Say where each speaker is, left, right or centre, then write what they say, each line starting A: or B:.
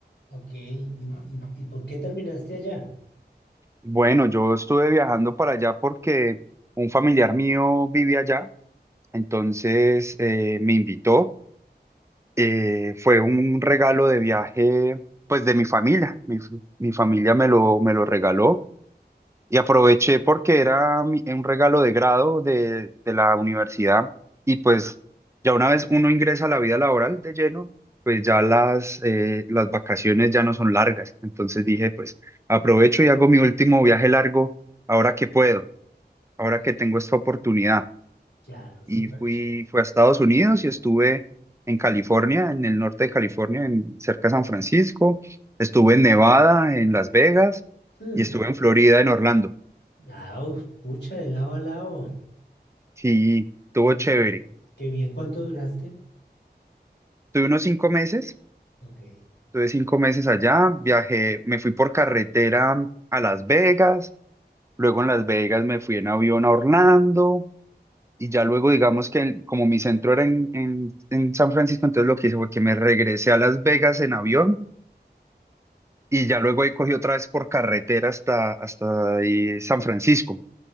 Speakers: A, on the left; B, on the right.
A: Ok, ¿y, y- y por qué terminaste allá?
B: Bueno, yo estuve viajando para allá porque un familiar mío vive allá, entonces eh, me invitó, eh, fue un regalo de viaje pues de mi familia, mi, mi familia me lo, me lo regaló. Y aproveché porque era mi- un regalo de grado de, de la universidad y pues ya una vez uno ingresa a la vida laboral de lleno, pues ya las, eh, las vacaciones ya no son largas. Entonces dije, pues aprovecho y hago mi último viaje largo ahora que puedo, ahora
A: Qué
B: que tengo
A: rico.
B: esta oportunidad.
A: Claro, súper
B: Y fui,
A: chévere.
B: fui a Estados Unidos y estuve en California, en el norte de California, en, cerca de San Francisco. Estuve en Nevada, en Las Vegas
A: Hmm.
B: y estuve en Florida, en Orlando.
A: Ah, uf, pucha, de lado a lado.
B: Sí, estuvo
A: Qué bien,
B: chévere.
A: qué bien. ¿Cuánto duraste?
B: Tuve unos cinco meses,
A: Ok.
B: tuve cinco meses allá, viajé, me fui por carretera a Las Vegas, luego en Las Vegas me fui en avión a Orlando y ya luego digamos que el- como mi centro era en, en, en San Francisco, entonces lo que hice fue que me regresé a Las Vegas en avión y ya luego ahí cogí otra vez por carretera hasta, hasta ahí San Francisco.